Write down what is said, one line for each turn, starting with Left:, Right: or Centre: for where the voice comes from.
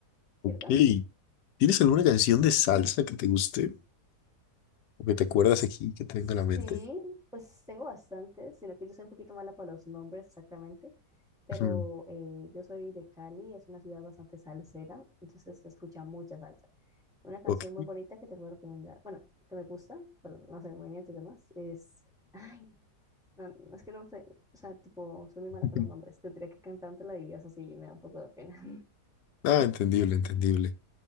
Centre: ¿cierto?
Left: ok. ¿Tienes alguna canción de salsa que te guste o que te acuerdas aquí que te
Centre: Sí,
Left: venga a la mente?
Centre: pues tengo bastantes, sino que yo soy un poquito mala para los nombres exactamente, pero
Left: Ujú,
Centre: eh, yo soy de Cali, es una ciudad bastante salsera, entonces se escucha mucha salsa. Una canción
Left: Ok.
Centre: muy bonita que te puedo recomendar, bueno, que me gusta, pero no sé, el movimiento y demás, es, ay, no, no, es que no sé, o sea, tipo, soy muy mala
Left: Ujú.
Centre: para los nombres, tendría que cantártela y eso sí me da un poco de pena. <laughs>
Left: Ah, entendible, entendible.